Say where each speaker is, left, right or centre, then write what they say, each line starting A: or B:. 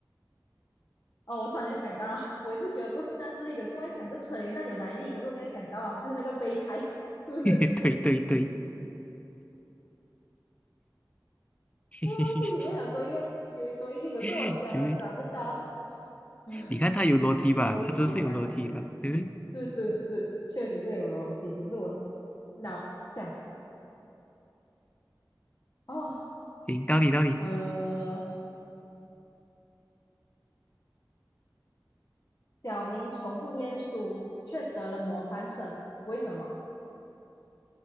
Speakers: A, on the left (about 45°); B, on the left (about 20°).
A: 哦，我突然间想到，<laughs> 我也是觉得不是那是力，可是我在想这车里面到底有哪一粒？可是我现在想到啊，就是那个备胎，是不是？
B: <laughs> 对对对，<laughs>
A: 我忘记里面有多一个，有多一粒，可是我想了找不到，
B: 其实
A: <laughs>
B: 你看它有逻辑吧，
A: 够抽象。
B: 它真是有逻辑的。对不对？
A: 是是是，确实是有逻辑，只是我脑想哦，
B: 行，到底到底，
A: 呃，小明从不念书，却得了模范生，为什么？